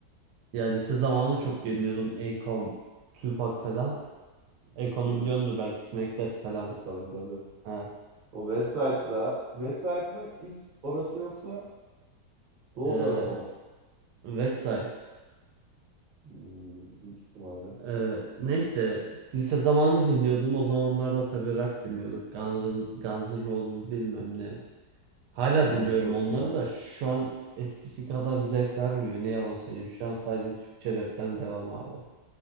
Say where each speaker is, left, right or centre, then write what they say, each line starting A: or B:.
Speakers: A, on the right (about 75°); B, on the right (about 40°).
A: Ya lise zamanı çok dinliyordum. Akon, Tupac falan. Akon'u
B: Evet.
A: biliyordur belki. Smack That falan.
B: E, tabii tabii.
A: Ha.
B: O West Side'da. West mı? İs- orası yoksa Doğu
A: Eee
B: tarafı mı?
A: Westside.
B: Hmm, büyük ihtimalle.
A: Eee, neyse. Lise zamanı dinliyordum. O zamanlarda tabii rock dinliyorduk. Guns, Guns N' Roses bilmem ne. Hala
B: Ben
A: dinliyorum
B: de çok
A: onları
B: dinler.
A: da şu an eskisi kadar zevk vermiyor. Ne yalan söyleyeyim. Şu an sadece Türkçe rapten devam abi.